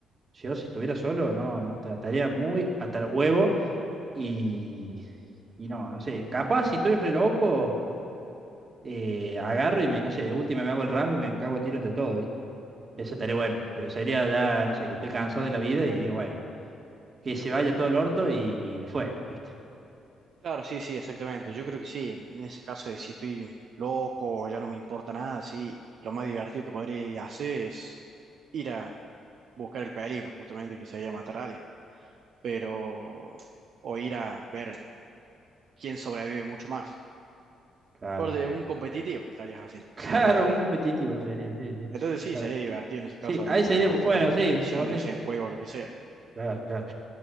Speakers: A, on the right; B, on the right.
A: yo si estuviera solo, no, no, esta- estaría muy hasta el huevo y, y no, no sé. Capaz si estoy re loco, eh, agarro y me, no sé, de última me hago el ramo y me cago a tiro entre todo, ¿viste? Eso estaría bueno. Pero sería ya, no sé, que estoy cansado de la vida y digo, bueno, que se vaya todo el orto y fue, ¿viste?
B: Claro, sí, sí, exactamente.
A: Ah,
B: Yo creo que sí. En ese caso de si estoy loco o ya no me importa nada, sí, lo más divertido que podría hacer es ir a buscar el peligro, justamente que se matar a alguien. Pero, o ir a ver quién sobrevive mucho más.
A: Claro, claro.
B: de un competitivo estarías haciendo
A: <laughs> Claro,
B: en la vida real.
A: un competitivo sería, sí, sí.
B: Entonces sí,
A: Claro.
B: sería divertido en ese caso.
A: Sí,
B: A
A: ahí
B: mí me gusta
A: sería,
B: bastante
A: bueno,
B: la competición,
A: sí, ponele.
B: ya sea en juego o lo que sea.
A: Claro, claro.